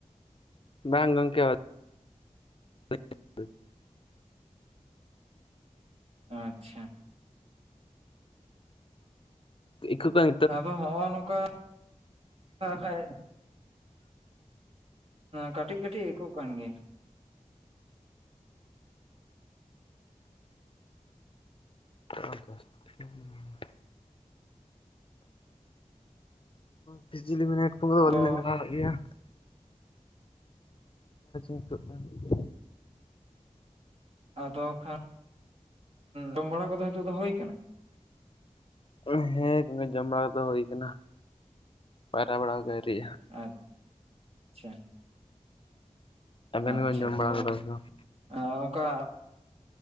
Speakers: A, on the left; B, on the right.
A: ᱵᱟᱝ ᱜᱚᱝᱠᱮ <unintelligible>
B: ᱟᱪᱪᱷᱟ
A: ᱮ <unintelligible>
B: ᱟᱫᱚ ᱦᱚᱸᱜ-ᱚ ᱱᱚᱝᱠᱟ ᱠᱷᱟᱱᱡ ᱠᱟᱹᱴᱤᱡ ᱠᱟᱹᱴᱤᱡ ᱟᱹᱭᱠᱟᱹᱜ ᱠᱟᱱ ᱜᱮᱭᱟ
A: ᱟ <inaudible> ᱯᱷᱤᱡᱤ ᱤᱞᱤᱢᱤᱱᱮᱴ ᱠᱩ ᱵᱟᱞᱤᱧ
B: ᱟᱫᱚ
A: ᱞᱟᱜᱟᱣᱚᱜ ᱜᱮᱭᱟ <inaudible>
B: ᱟᱫᱚ ᱠᱷᱟᱱ ᱡᱚᱢ ᱵᱟᱲᱟ ᱠᱚᱫᱚ ᱦᱤᱛᱚᱜ ᱫᱚ ᱦᱩᱭ ᱟᱠᱟᱱᱟ
A: ᱦᱳᱭ ᱦᱮᱸ <unintelligible> ᱡᱚᱢ ᱵᱟᱲᱟ ᱫᱚ ᱦᱩᱭ ᱠᱟᱱᱟ ᱯᱟᱭᱨᱟ ᱵᱟᱲᱟ ᱫᱚ ᱟᱣᱨᱤᱜ-ᱟ
B: ᱟᱪᱪᱷᱟ
A: ᱟᱵᱮᱱ
B: ᱟᱪᱪᱷᱟ
A: ᱜᱮᱵᱮᱱ ᱡᱚᱢ ᱵᱟᱲᱟ
B: ᱛᱟᱦᱞᱮ
A: ᱠᱟᱫᱟ ᱥᱮ ᱵᱟᱝ
B: ᱦᱮ ᱚᱱᱠᱟ